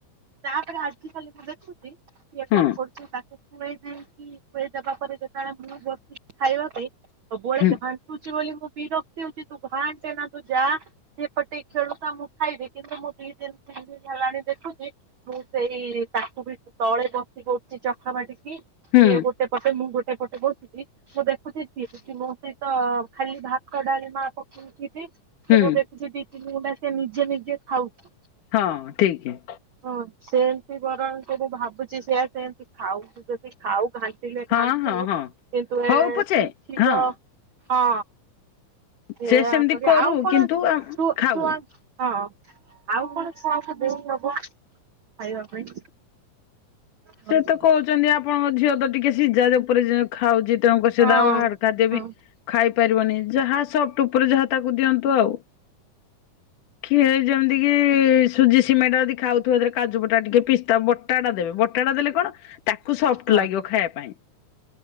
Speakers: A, on the right; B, on the left.
A: ତାପରେ ଆଜି କାଲି ମୁଁ ଦେଖୁଛି କିଏ କଣ
B: ହଁ
A: କରୁଛି ତାକୁ ଖୁଆଇ କି ଖୁଆଇ ଦବା ପରେ ଯେତେବେଳେ ମୁଁ ବସିଛି ଖାଇବା ପାଇଁ ସବୁବେଳେ
B: ହୁଁ
A: ଘାଣ୍ଟୁଛି ବୋଲି ମୁଁ ବିରକ୍ତି ହଉଛି ତୁ ଘାଣ୍ଟେ ନା ତୁ ଯା ସେ ପଟେ ଖେଳୁଥା ମୁଁ ଖାଇବି କିନ୍ତୁ ମୁଁ ଦି ଦିନ ତିନି ଦିନ ହେଲାଣି ଦେଖୁଛି ମୁଁ ସେଇ ତାକୁ ବି ତଳେ ବସି ପଡୁଛି ଚକା ମାଡ଼ିକି ସିଏ
B: ହୁଁ
A: ଗୋଟେ ପଟେ ମୁଁ ଗୋଟେ ପଟେ ବଉଛି କି ମୁଁ ଦେଖୁଛି ସିଏ ବି ମୋ ସହିତ ଖାଲି ଭାତ ଡାଲ ମା ପକେଇକି ବି ସେ
B: ହୁଁ
A: ମୁଁ ଦେଖୁଛି ଦି ତିନି ଗୁଣ୍ଡା ସେ ନିଜେ ନିଜେ ଖାଉଛି।
B: ହଁ ଠିକି।
A: ହଁ ସେମିତି ବରଂ ମୁଁ ଭାବୁଛି ସେଆ ସେମିତି ଖାଉ ଯଦି ଖାଉ ଘା ଣ୍ଟିଲେ
B: ହଁ
A: ଘାଣ୍ଟୁ
B: ହଁ ହଁ।
A: କିନ୍ତୁ
B: ହଉ
A: ଏ
B: ପଛେ
A: ଶିଖିବ
B: ହଁ
A: ହଁ ସେୟା
B: ସେ ସେମିତି
A: କରି
B: କରୁ
A: ଆଉ କଣ
B: କିନ୍ତୁ ଆମ
A: ଛୁ
B: ଖାଉ।
A: ଛୁଆ ହଁ ଆଉ କଣ ଛୁଆକୁ ଦେଇ ହବ ଖାଇବା ପାଇଁ? ହଁ।
B: ସେ ତ କହୁଛନ୍ତି ଆପଣଙ୍କ ଝିଅ ତ ଟିକେ ସିଝା ଯେପରି ଯେ ଖାଉଛି ତେଣୁ କରି ସେତ
A: ହଁ
B: ଆଉ ବାହାର ଖାଦ୍ୟ
A: ହଁ
B: ବି ଖାଇ ପାରିବନି ଯାହା ସଫ୍ଟ ଉପରେ ଯାହା ତାକୁ ଦିଅନ୍ତୁ ଆଉ। ଖି ଯେମିତି କି ସୁଜି ସିମେଇ ଟା ଯଦି ଖାଉଥିବ ସେଥିରେ କାଜୁବଟା ଟିକେ ପିସ୍ତା ବଟାଟା ଦେବେ ବଟାଟା ଦେଲେ କଣ ତାକୁ ସଫ୍ଟ
A: ହଁ
B: ଲାଗିବ ଖାଇବା ପାଇଁ